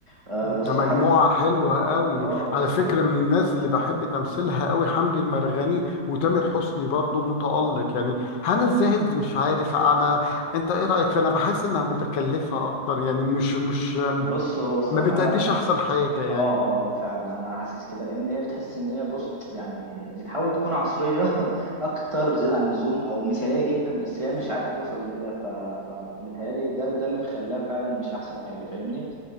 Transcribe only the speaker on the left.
ده
مجموعة
حلوة قوي
على
فكرة من الناس اللي بحب تمثيلها قوي حمدي المرغني وتامر حسني برضو متألق يعني هنا الزاهد مش عارف انا انت ايه رأيك فانا بحس انها متكلفة اكتر يعني مش مش
ما بتأديش
احسن حاجة يعني